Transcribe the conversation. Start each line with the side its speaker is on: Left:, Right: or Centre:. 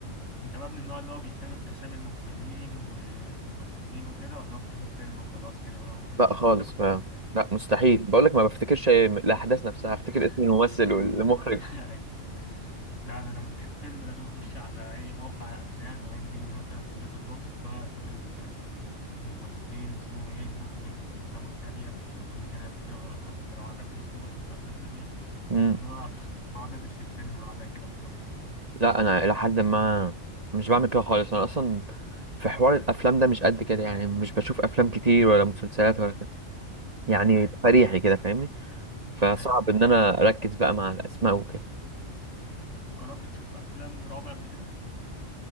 Left: انت بقى من النوع اللي هو بيهتم باسامي المخرجين والممثلين وكده ولا هو بتشوف الفيلم وخلاص كده بقى ومش
Right: لا
Left: مهتم
Right: خالص
Left: بالحاجه
Right: ف...
Left: دي
Right: لا مستحيل بقول لك ما بفتكرش الاحداث نفسها افتكر
Left: <laughs>
Right: اسم الممثل والمخرج
Left: اي لا انا لما بشوف فيلم لازم اخش على اي موقع افلام او ام دي بي مثلا او ليتر بوكس بقى اشوف ال- الممثلين اسمهم ايه المخرج افلامه التانية لو شفت له فيلم تاني قبل كده ولا لا ولو عجبني اسلوبه اشوف له افلام تانية
Right: امم
Left: اللي هو <laughs> بقعد ادرس الفيلم بعدها كده بفتره
Right: لا انا الى حد ما مش بعمل كده خالص انا اصلا في حوار الافلام ده مش قد كده يعني مش بشوف افلام كتير ولا مسلسلات ولا كده يعني
Left: اي
Right: فريحي كده فاهمني فصعب
Left: ايوه ايوه
Right: ان انا اركز بقى مع الاسماء وكده
Left: جربت تشوف افلام رعب قبل كده